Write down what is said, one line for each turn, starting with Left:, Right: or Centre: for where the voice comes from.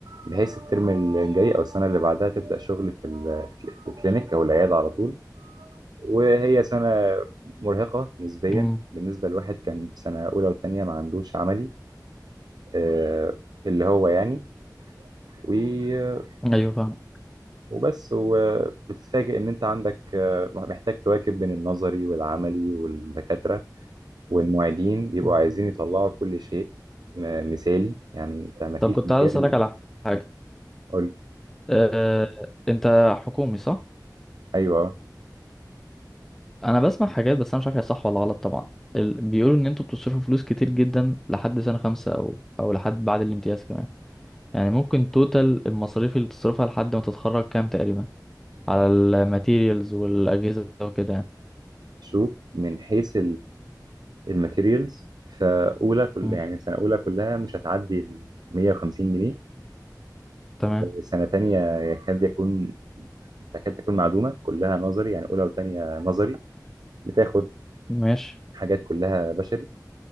Right: بحيث الترم الجاي أو السنة اللي بعدها تبدأ شغل في ال- في الكلينيك أو العيادة على طول وهي سنة مرهقة نسبيا
Centre: مم.
Right: بالنسبة لواحد كان في سنة أولى وتانية ما عندوش عملي آه، اللي هو يعني و-
Centre: ايوه فاهم
Right: وبس وبتتفاجئ إن أنت عندك آه، محتاج تواكب بين النظري والعملي والدكاترة والمعيدين بيبقوا
Centre: مم.
Right: عايزين يطلعوا كل شيء م- مثالي يعني أنت ما فيش
Centre: طب كنت
Right: مجال
Centre: عايز اسالك على حاجه
Right: قول
Centre: آه، انت حكومي صح
Right: ايوه
Centre: انا بسمع حاجات بس انا مش عارف هي صح ولا غلط طبعا ال... بيقولوا ان انتوا بتصرفوا فلوس كتير جدا لحد سنة خمسة او او لحد بعد الامتياز كمان يعني ممكن توتال المصاريف اللي تصرفها لحد ما تتخرج كام تقريبا على الماتيريالز والاجهزة وكده يعني
Right: شوف من حيث الماتيريالز فاولى كل
Centre: مم.
Right: يعني سنه اولى كلها مش هتعدي ال 150 جنيه
Centre: تمام
Right: سنه تانية يكاد يكون تكاد تكون معدومه كلها نظري يعني اولى وتانية نظري بتاخد
Centre: ماشي
Right: حاجات كلها بشري